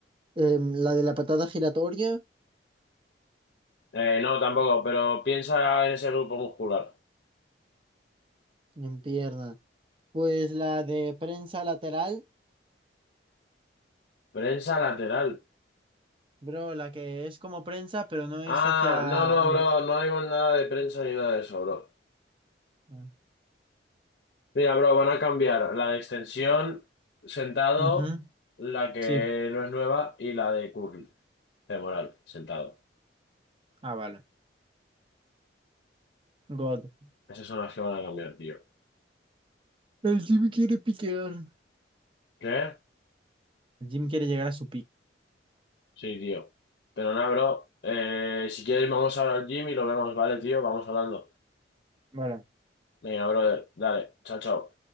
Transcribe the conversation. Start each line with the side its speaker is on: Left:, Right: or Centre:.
Right: Em, la de la patada giratoria.
Left: Eh, no, tampoco, pero piensa en ese grupo muscular.
Right: En pierna. Pues la de prensa lateral.
Left: Prensa lateral.
Right: Bro, la que es como prensa, pero no es
Left: Ah,
Right: hacia.
Left: no, no,
Right: en
Left: bro,
Right: di-
Left: no hay nada de prensa ni nada de eso, bro.
Right: Ah,
Left: Mira, bro, van a cambiar la de extensión, sentado,
Right: ujú,
Left: la que
Right: Sí.
Left: no es nueva, y la de curl, femoral, sentado.
Right: Ah, vale. God.
Left: Esas son las que van a cambiar, tío.
Right: El Jimmy quiere piquear.
Left: ¿Qué?
Right: Jim quiere llegar a su pico.
Left: Sí, tío. Pero nada, bro, eh, si quieres vamos ahora al gym y lo vemos, ¿vale, tío? Vamos hablando.
Right: Bueno,
Left: Venga, brother, dale, chao, chao.